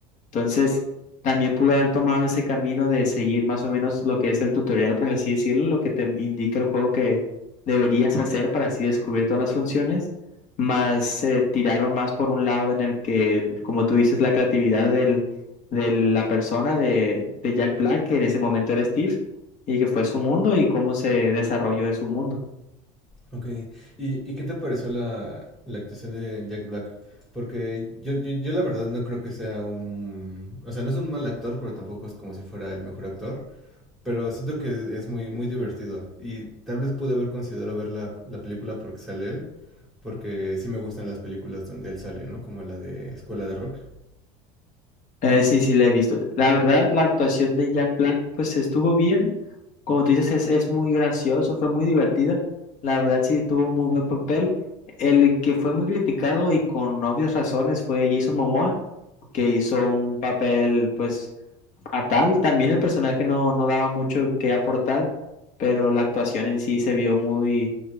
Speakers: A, on the left; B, in the centre.
A: Entonces, también pude haber tomado ese camino de seguir más o menos lo que es el tutorial, por así decirlo, lo que te indica el juego que deberías hacer para así descubrir todas las funciones, más se tiraron más por un lado en el que, el- como tú dices, la creatividad del, de la persona de, de Jack Black, que en ese momento era Steve, y que fue su mundo y cómo se desarrolló en su mundo.
B: Ok, ¿Y, y qué te pareció la, la actuación de Jack Black? Porque yo, yo, yo la verdad no creo que sea un... O sea, no es un mal actor, pero tampoco es como si fuera el mejor actor. Pero siento que es muy, muy divertido. Y tal vez pude haber considerado ver la, la película porque sale él. Porque sí me gustan las películas donde él sale, ¿no? Como la de Escuela de Rock.
A: Eh, sí, sí, la he visto. La verdad, la actuación de Jack Black, pues estuvo bien. Como tú dices, es, es muy gracioso, fue muy divertida. La verdad, sí, tuvo muy buen papel. El que fue muy criticado y con obvias razones fue Jason Momoa, que hizo un papel, pues, fatal. También el personaje no, no daba mucho que aportar, pero la actuación en sí se vio muy,